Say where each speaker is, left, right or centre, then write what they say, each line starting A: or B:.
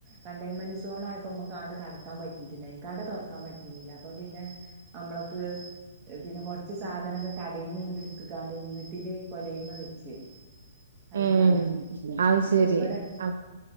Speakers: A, on the right (about 35°); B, on the right (about 70°).
A: കണ്ടെയൻമെന്റ് സോൺ ആയപ്പോ മ്മക്ക്ആണ്ട് കടക്കാൻ പറ്റീട്ടില്ലായ്നി കട തൊറക്കാൻ പറ്റീനീല്ല അപ്പൊ പിന്നെ നമ്മളക്ക് പിന്നെ കൊർച്ച് സാധനങ്ങക്കെ കടീന്ന് ഇങ്ങണ്ട് ട്ത്ക്കാണ്ട് വ്ട്ട്ല് കൊലായ്മെ വെച്ച് തൽക്കാലം
B: ഏഹ് അത്
A: അപ്പൊ
B: ശരി
A: ഇബടെ
B: അപ്